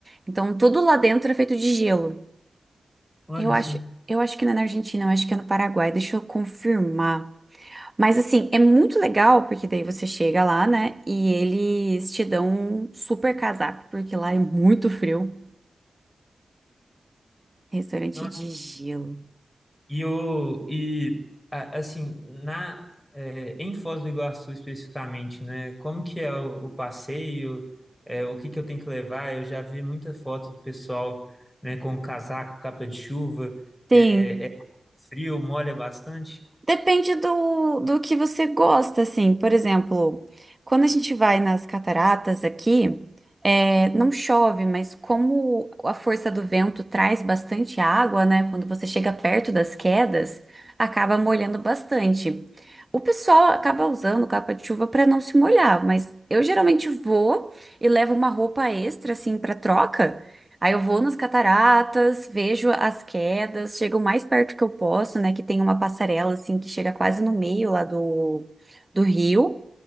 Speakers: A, on the right; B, in the centre.
A: Então tudo lá dentro é feito de gelo.
B: Olha
A: Eu acho,
B: só.
A: eu acho que não é na Argentina, eu acho que é no Paraguai. Deixa eu confirmar. Mas assim, é muito legal porque daí você chega lá, né? E eles te dão um super casaco, porque lá é muito frio. Restaurante
B: Nossa,
A: de gelo.
B: E o e a- assim, na é, em Foz do Iguaçu especificamente, né? Como que é o, o passeio? É, o que que eu tenho que levar? Eu já vi muita foto do pessoal, né, com casaco, capa de chuva,
A: Tem.
B: é, é frio, molha bastante.
A: Depende do, do que você gosta, assim. Por exemplo, quando a gente vai nas cataratas aqui, é, não chove, mas como a força do vento traz bastante água, né? Quando você chega perto das quedas, acaba molhando bastante. O pessoal acaba usando capa de chuva para não se molhar, mas eu geralmente vou e levo uma roupa extra, assim, para troca. Aí eu vou nas cataratas, vejo as quedas, chego o mais perto que eu posso, né? Que tem uma passarela assim que chega quase no meio lá do, do rio.